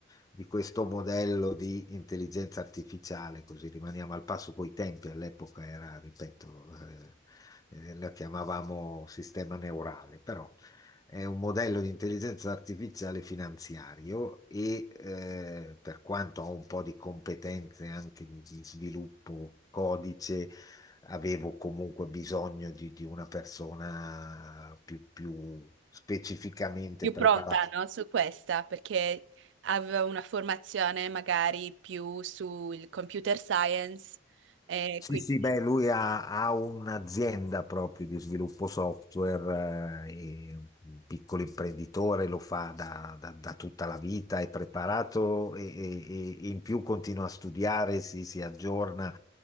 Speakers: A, on the left; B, on the right.
A: di questo modello di intelligenza artificiale, così rimaniamo al passo coi tempi, all'epoca era, ripeto, eh, eh, la chiamavamo sistema neurale, però è un modello di intelligenza artificiale finanziario e eh, per quanto ho un po' di competenze anche di, di sviluppo codice, avevo comunque bisogno di, di una persona più, più specificamente
B: Più
A: preparata.
B: pronta, no? Su questa, perché aveva una formazione magari più sul computer science e
A: Sì,
B: quindi...
A: sì, beh, lui ha, ha un'azienda proprio di sviluppo software, eh, è un piccolo imprenditore, lo fa da, da- da tutta la vita, è preparato e, e- e in più continua a studiare, si, si aggiorna,